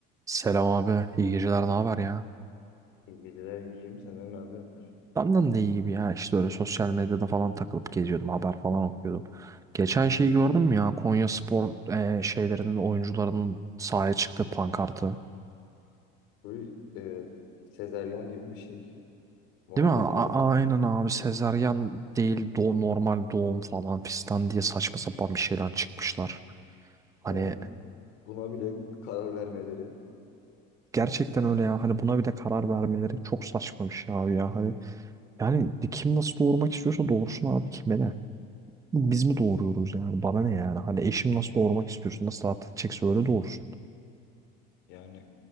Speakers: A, on the right (about 15°); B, on the left (about 70°).
A: Selam abi. iyi geceler. Ne haber ya?
B: İyi geceler iyiyim. Senden ne haber?
A: Benden de iyi gibi ya. İşte öyle sosyal medyada falan takılıp geziyordum. Haber falan okuyordum. Geçen şeyi gördün mü ya? Konya Spor e, şeylerinin oyuncularının sahaya çıktığı pankartı.
B: Böyle e, sezeryan gibi bir şey muhabbetleri.
A: Değil mi? A- aynen abi. Sezaryen değil do normal doğum falan fistan diye saçma sapan bir şeyler çıkmışlar. Hani
B: Yani buna bile karar vermeleri.
A: gerçekten öyle ya. Hani buna bile karar vermeleri çok saçma bir şey abi ya. Hani yani kim nasıl doğurmak istiyorsa doğursun abi. Kime ne? Biz mi doğuruyoruz yani? Bana ne yani? Hani eşim nasıl doğurmak istiyorsun? Nasıl rahat edecekse öyle doğursun.
B: Yani